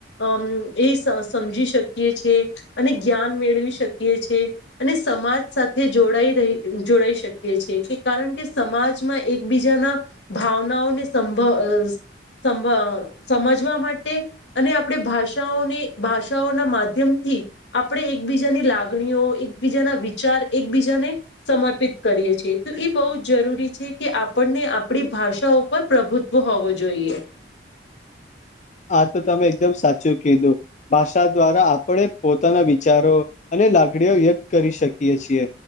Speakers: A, on the left; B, on the left.
A: અમ એ સમજી શકીએ છે અને જ્ઞાન મેળવી શકીએ છેએ અને સમાજ સાથે જોડાઈ રહી જોડાઈ શકી છેએ કે કારણ કે સમાજમાં એકબીજાના ભાવનાઓને સંભવ સમ સમજવા માટે અને આપણે ભાષાઓની ભાષાઓના માધ્યમ આપણે એકબીજાની લાગણીઓ એક બીજાના વિચાર એકબીજાને સમર્પિત કરીએ છીએ તો એ બહુ જરૂરી છે કે આપણને આપણી ભાષા ઉપર પ્રભુત્વ હોવું જોઈએ
B: આ તો તમે એકદમ સાચું કીધું ભાષા દ્વારા આપણે પોતાના વિચારો અને લાકડીઓ યગ કરી શકીએ છીએ